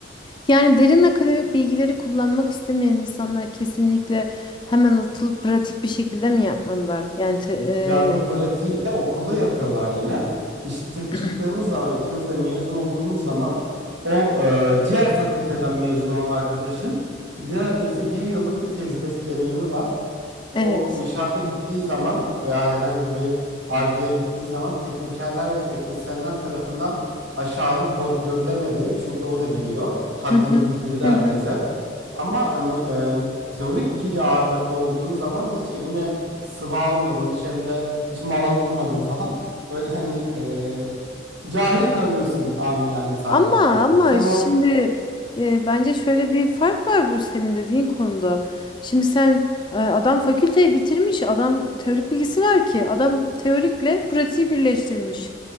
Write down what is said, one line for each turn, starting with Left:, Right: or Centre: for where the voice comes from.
Left: Yani derin akademik bilgileri kullanmak istemeyen insanlar kesinlikle hemen atılıp pratik bir şekilde mi yapmalılar? Yani te-
Right: Ya bu pratiği de okulda yapıyorlar yine. İşte
Left: e,
Right: çıktığımız
Left: <clears throat>
Right: zaman ikimiz de mezun olduğumuz zaman o e, diğer fakülteden mezun olan arkadaşın neredeyse bir yıllık bir tecrübesi deneyimi var.
Left: evet.
Right: O inşaata gittiği zaman veya herhangi bir Ar-Ge'ye gittiği zaman teknikerler ve teknisyenler tarafından aşağı alınıp hor görülemedi. Çünkü o da biliyor. Haddini
Left: Hı hı.
Right: bildirdi
Left: Hı
Right: herkese.
Left: hı.
Right: Ama hani e, teorik bilgi ağırlıklı olduğun zaman hiç eline sıvı almadın, hiç eline hiç mala vurmadın falan. Böyle hani e, cahil kalıyorsun amin yani tabirle.
Left: Ama ama
Right: Sen
Left: şimdi
Right: o
Left: e, bence şöyle bir fark var bu senin dediğin konuda. Şimdi sen e, adam fakülteyi bitirmiş, adam teorik bilgisi var ki, adam teorikle pratiği birleştirmiş.